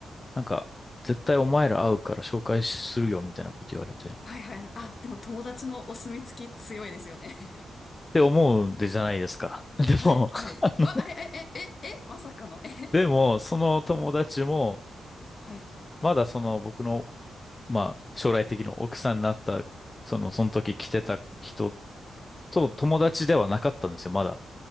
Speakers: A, on the left; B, on the left.
A: なんか、絶対お前ら会うから紹介するよみたいなこと言われて。っ
B: はい。はい。はいあ、でも友達のお墨付き強いですよね。
A: て思うんでじゃないですか。
B: <laughs>
A: <laughs> でも、
B: はい。はい。
A: <laughs> あの、
B: あ、あれ、え、え、え、え、まさかの、<laughs> え、
A: でも、その友達も、
B: はい。
A: まだその僕の、まあ、将来的な奥さんになった、その、その時来てた人と友達ではなかったんですよ、まだ。